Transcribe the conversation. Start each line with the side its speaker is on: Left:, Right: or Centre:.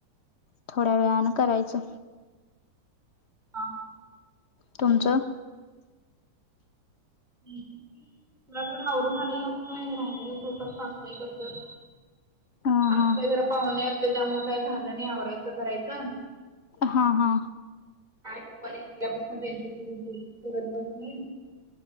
Left: थोड्या वेळान करायचं.
Right: आहो
Left: तुमचं?
Right: तुला घर आवरून आलेलं असतं राहलेला स्वयंपाक सासुबाई करतात.
Left: हा
Right: आज
Left: हा
Right: काही जरा पाहुण्या आलते तर त्यामुळे काय झालं नाही आवरायचं करायचं.
Left: हा हा
Right: दुपारी गेल्यापसून त्यांच <unintelligible> बसली